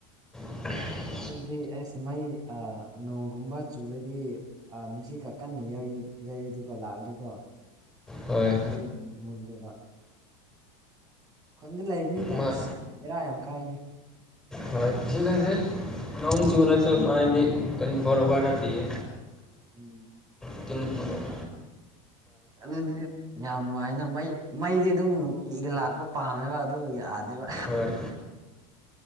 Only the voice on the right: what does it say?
ꯑꯩꯈꯣꯏꯗꯤ ꯑꯦꯁ ꯃꯩ ꯑ ꯅꯣꯡꯒꯨꯝꯕ ꯆꯨꯔꯗꯤ ꯑꯥ ꯅꯨꯡꯁꯤꯠꯀ ꯀꯟꯅ ꯌꯩ ꯌꯩꯔꯗꯤꯀꯣ ꯂꯥꯛꯑꯗꯤꯀꯣ
ꯍꯩ ꯑꯗꯨ ꯃꯨꯜꯂ‌ꯦꯕ ꯈꯨꯟꯗ ꯂꯩꯕꯅꯤꯅ
ꯑꯁ ꯕ‌ꯦꯔꯥ ꯌꯥꯝ ꯀꯥꯏꯅꯦ
ꯎꯝ
ꯑꯗꯨꯗꯤ ꯌꯥꯝ ꯅꯨꯡꯉꯥꯏ ꯑꯗꯨꯅ ꯃꯩ ꯃꯩꯗꯤ ꯑꯗꯨꯝ ꯅꯨꯡꯇꯤꯒꯤ ꯂꯥꯛꯄ ꯄꯥꯝꯃꯦꯕ ꯑꯗꯨꯒꯤ ꯌꯥꯗꯦꯕ